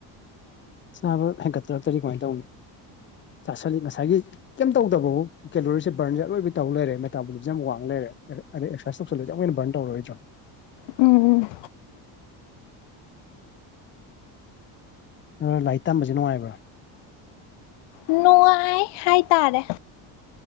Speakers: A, on the left (about 25°); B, on the left (about 75°).
A: ꯆꯥꯕ ꯍꯦꯟꯒꯠꯇꯔꯛꯇꯔꯗꯤ ꯀꯃꯥꯏꯟ ꯇꯧꯅꯤ ꯆꯁꯤꯜꯂꯤ ꯉꯁꯥꯏꯒꯤ ꯀꯩꯝ ꯇꯧꯗꯕꯕꯨ ꯀꯦꯂꯣꯔꯤꯁꯦ ꯕꯔꯟꯁꯦ ꯑꯔꯣꯏꯕꯤ ꯇꯧ ꯂꯩꯔꯦ ꯃꯦꯇꯥꯕꯣꯂꯤꯖꯝ ꯋꯥꯡꯅ ꯂꯩꯔꯦ꯫ ꯑꯗ ꯁ꯭ꯋꯥꯁꯈꯣꯏ ꯕꯟ ꯇꯔꯣꯏ꯭ꯗꯔꯣ
B: ꯎꯝ
A: ꯎꯝ ꯂꯥꯏꯛ ꯇꯝꯕꯁꯦ ꯅꯨꯡꯉꯥꯏꯕ
B: ꯥꯅꯨꯉꯥꯏ ꯍꯥꯏꯇꯥꯔꯦ